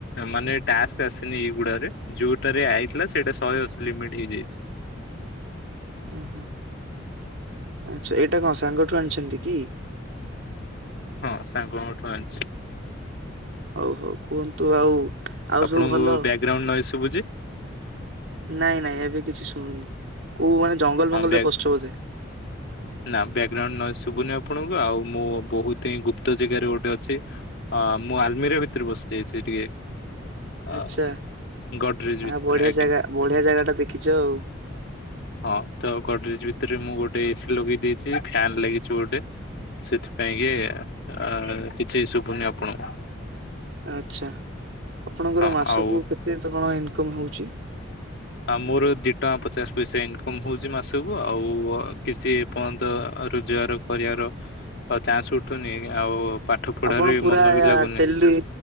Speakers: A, on the left (about 60°); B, on the right (about 65°).
A: ମାନେ ଟାସ୍କ ଆସିନି ଏଇଗୁଡାରେ। ଯେଉଁଟାରେ ଆଇଥିଲା ସେଇଟା ଶହେ ଅଶି ଲିମିଟ୍ ହେଇଯାଇଛି।
B: ଓହୋ ଆଚ୍ଛା ଏଇଟା କଣ ସାଙ୍ଗଠୁ ଆଣିଛନ୍ତି କି?
A: ହଁ ସାଙ୍ଗଙ୍କଠୁ ଆଣିଛି।
B: ହଉ ହଉ କୁହନ୍ତୁ ଆଉ ଆଉ
A: ଆପଣଙ୍କୁ
B: ସବୁ ଭଲ?
A: ବ୍ୟାକଗ୍ରାଉଣ୍ଡ ନୋଇସ ସବୁଛି।
B: ନାଇଁ ନାଇଁ ଏବେ କିଛି ଶୁଣୁନି କୋଉ ମାନେ ଜଙ୍ଗଲ
A: ହଁ
B: ବଙ୍ଗଲରେ
A: ବ୍ୟାକ
B: ପଶିଛ ବଧେ?
A: ନା ବ୍ୟାକଗ୍ରାଉଣ୍ଡ ନ ଶୁଭୁନି ଆପଣଙ୍କୁ ଆଉ ମୁଁ ବହୁତ ହିଁ ଗୁପ୍ତ ଜାଗାରେ ଗୋଟେ ଅଛି। ହଁ ମୁଁ ଆଲମିରିଆ ଭିତରେ ବସିଯାଇଛି ଟିକେ। ଅ
B: ଆଚ୍ଛା
A: ଗଡରେଜ ଭିତରେ
B: ଆ ବଢିଆ
A: ଆଜ୍ଞା।
B: ଜାଗା ବଢିଆ ଜାଗା ଟା ଦେଖିଛ ଆଉ।
A: ହଁ ତ ଗଡରେଜ ଭିତରେ ମୁଁ ଗୋଟେ ଏସି ଲଗେଇ ଦେଇେଛି ଫ୍ୟନ୍ ଲାଗିଛି ଗୋଟେ। ସେଥିପାଇଁ କି ଅଉ କିଛି ଶୁଭୁନି ଆପଣଙ୍କୁ।
B: ଆଚ୍ଛା ଆପଣଙ୍କର
A: ହଁ
B: ମାସକୁ
A: ଆଉ
B: କେତେ କଣ ଇନକମ୍ ହେଉଛି?
A: ଆଉ ମୋର ଦି ଟଙ୍କା ପଚାଶ ପଇସା ଇନକମ ହଉଛି ମାସକୁ ଆଉ କିଛି ଏ ପର୍ଯ୍ୟନ୍ତ ରୋଜଗାର କରିବାର ଆଉ ଚାନ୍ସ ଉଠୁନି ଆଉ ପାଠ ପଢାରେ
B: ଆପଣ ପୁରା
A: ମନ ବି
B: ୟା
A: ଲାଗୁନି
B: ଟେଲି